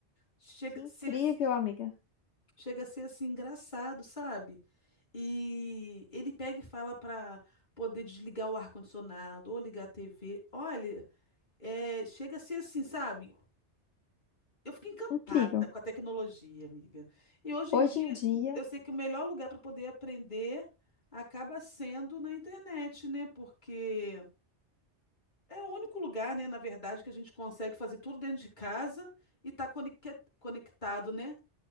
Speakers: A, on the left; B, on the left.
A: Chega
B: Que incrível,
A: a ser assim,
B: amiga.
A: chega a ser assim engraçado, sabe? E ele pega e fala para poder desligar o ar-condicionado ou ligar a TV. Olha, é, chega a ser assim, sabe? Eu fiquei encantada
B: Incrível.
A: com a tecnologia, amiga. E hoje
B: Hoje
A: em dia,
B: em dia,
A: eu sei que o melhor lugar para poder aprender acaba sendo na internet, né? Porque é o único lugar, né, na verdade, que a gente consegue fazer tudo dentro de casa e tá conec- conectado, né?